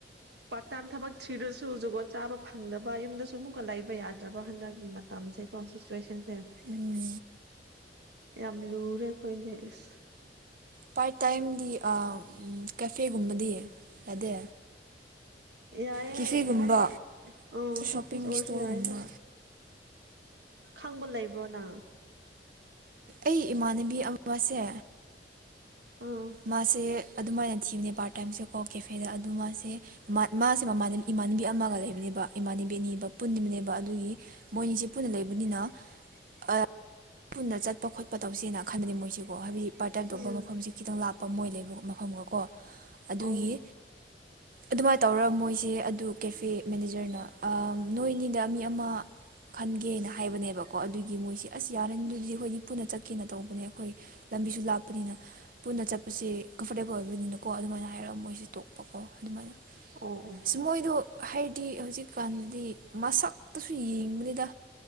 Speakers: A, on the right; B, on the right.
A: ꯄꯥꯔꯠ ꯇꯥꯏꯝ ꯊꯕꯛ ꯊꯤꯔꯁꯨ ꯖꯨꯒꯣꯠ ꯆꯥꯕ ꯐꯪꯗꯕ ꯌꯨꯝꯗꯁꯨ ꯑꯃꯨꯛꯀ ꯂꯩ ꯕ ꯌꯥꯗ꯭ꯔꯕ ꯍꯟꯗꯛꯀꯤ ꯃꯇꯝꯁꯦꯀꯣ ꯁꯤꯆꯨꯋꯦꯁꯟꯁꯦ
B: ꯎꯝ
A: ꯌꯥꯝ ꯂꯨꯔꯦ ꯑꯈꯣꯏꯗꯤ ꯑꯁ
B: ꯄꯥꯔꯠ ꯇꯥꯏꯝꯗꯤ ꯀꯦꯐꯦꯒꯨꯝꯕꯗꯤ ꯌꯥꯗꯦ
A: ꯌꯥꯏꯌꯦ
B: ꯀꯤꯐꯦ ꯒꯨꯝꯕ
A: ꯍꯧꯖꯤꯛ ꯑꯥ
B: ꯁꯣꯞꯄꯤꯡ
A: ꯀꯦꯐꯦꯁ ꯑꯣꯏꯔꯁꯨ
B: ꯏꯁꯇꯣꯔ
A: ꯌꯥꯏꯌꯦꯗ
B: ꯒꯨꯝꯕ
A: ꯈꯪꯕ ꯂꯩꯕ꯭ꯔꯣ ꯅꯪ
B: ꯑꯩ ꯏꯃꯥꯟꯅꯕꯤ ꯑꯃꯁꯦ
A: ꯑꯥ
B: ꯃꯥꯁꯦ ꯑꯗꯨꯃꯥꯏꯅ ꯊꯤꯕꯅꯦ ꯄꯥꯔꯠ ꯇꯥꯏꯝꯁꯦꯀꯣ ꯀꯦꯐꯦꯗ ꯑꯗꯨ ꯃꯥꯁꯦ ꯃꯥ ꯃꯥꯁꯦ ꯃꯃ ꯏꯃꯥꯟꯅꯕꯤ ꯑꯃꯒ ꯂꯩꯕꯅꯦꯕ ꯏꯃꯥꯅꯕꯤꯅꯤꯕ ꯄꯨꯟꯕꯅꯦꯕ ꯑꯗꯨꯒꯤ ꯃꯣꯏꯅꯤꯁꯦ ꯄꯨꯟꯅ ꯂꯩꯕꯅꯤꯅ ꯑ ꯄꯨꯟꯅ ꯆꯠꯄ ꯈꯣꯠꯄ ꯇꯧꯁꯦꯅ ꯈꯟꯕꯅꯦ ꯃꯣꯏꯁꯤꯀꯣ ꯍꯥꯏꯕꯗꯤ ꯄꯥꯔꯠ ꯇꯥꯏꯝ
A: ꯑꯥ
B: ꯇꯣꯛꯄ ꯃꯐꯝꯁꯦ ꯈꯤꯇꯪ ꯂꯥꯞꯄ ꯃꯣꯏ ꯂꯩꯕ ꯃꯐꯝꯒꯀꯣ ꯑꯗꯨꯒꯤ
A: ꯑꯣ
B: ꯑꯗꯨꯃꯥꯏꯅ ꯇꯧꯔ ꯃꯣꯏꯁꯦ ꯑꯗꯨ ꯀꯦꯐꯦ ꯃꯦꯅꯦꯖꯔꯅ ꯑ ꯅꯣꯏꯅꯤꯗ ꯃꯤ ꯑꯃ ꯈꯟꯒꯦꯅ ꯍꯥꯏꯕꯅꯦꯕꯀꯣ ꯑꯗꯨꯒꯤ ꯃꯣꯏꯁꯤ ꯑꯁ ꯌꯥꯔꯅꯤ ꯑꯗꯨꯗꯤ ꯑꯈꯣꯏꯗꯤ ꯄꯨꯟꯅ ꯆꯠꯀꯦꯅ ꯇꯧꯕꯅꯦ ꯑꯈꯣꯏ ꯂꯝꯕꯤꯁꯨ ꯂꯥꯞꯄꯅꯤꯅ ꯄꯨꯟꯅ ꯆꯠꯄꯁꯦ ꯀꯝꯐꯣꯔꯇꯦꯕꯜ ꯑꯣꯏꯕꯅꯤꯅꯀꯣ ꯑꯗꯨꯃꯥꯏꯅ ꯍꯥꯏꯔ ꯃꯣꯏꯁꯦ ꯇꯣꯛꯄꯀꯣ ꯑꯗꯨꯃꯥꯏꯅ
A: ꯑꯣ ꯑꯣ
B: ꯑꯁ ꯃꯣꯏꯗꯣ ꯍꯥꯏꯗꯤ ꯍꯧꯖꯤꯛꯀꯥꯟꯗꯗꯤ ꯃꯁꯛꯇꯁꯨ ꯌꯦꯡꯕꯅꯤꯗ